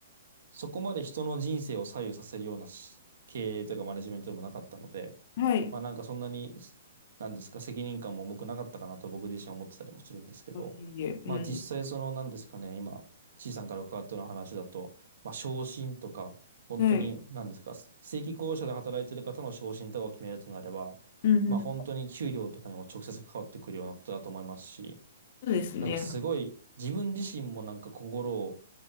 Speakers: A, on the right (about 60°); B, on the left (about 30°).
A: そこまで人の人生を左右させるようなし経営とかマネジメントでもなかったので、
B: はい。
A: まあなんかそんなに、なんですか、責任感も重くなかったかなと僕自身は思ってたりもするんですけど、
B: あいいえ、
A: まあ実際そのなんですかね、
B: うん。
A: 今、ちいさんから伺ったような話だと、まあ昇進とか、本当になんですか、
B: はい。
A: 正規雇用者で働いてる方の昇進とかを決めるとなれば、
B: うんうん。
A: まあ本当に給料とかにも直接関わってくるようなことだと思いますし、
B: そうですね。
A: なんかすごい自分自身もなんか心を